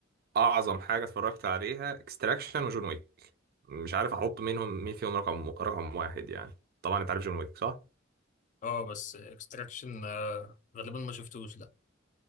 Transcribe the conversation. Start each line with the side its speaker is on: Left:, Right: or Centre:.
Right: اعظم حاجه اتفرجت عليها اكستراكشن وجون ويك مش عارف احط منهم مين فيهم رقم رقم واحد يعني طبعا انت عارف جون ويك صح
Left: أه بس إكستراكشن غالبا ما شفتوش لأ